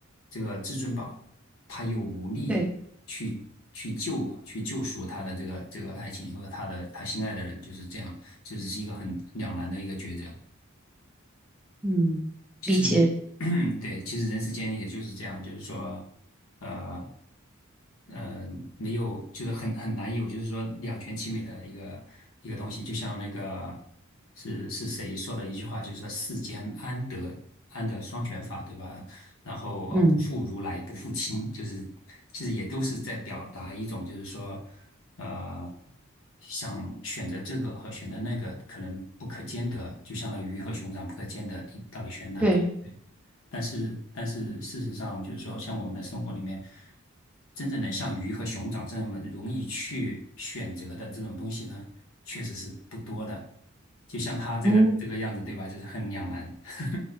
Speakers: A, on the left (about 75°); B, in the centre.
A: 这个至尊宝，他又无力去去救去救赎他的这个这个爱情或者他的他心爱的人，
B: 对，
A: 就是这样，就是是一个很两难的一个抉择。
B: 嗯，
A: 其实人，
B: 理解，
A: <clears throat> 对，其实人世间也就是这样，就是说，呃，嗯，没有，就是很很难有，就是说两全其美的一个一个东西。就像那个是是谁说的一句话，就是说世间安得安得双全法，对吧？然后呃，
B: 嗯。
A: 不负如来不负卿，就是其实也都是在表达一种，就是说呃，想选择这个和选择那个可能不可兼得，就相当于鱼和熊掌不可兼得，你到底选哪个？
B: 对，
A: 但是，但是事实上，就是说，像我们的生活里面，真正能像鱼和熊掌这么容易去选择的这种东西呢，确实是不多的。就像他这个这个样子，
B: 嗯，
A: 对吧？就是很两难。<laughs>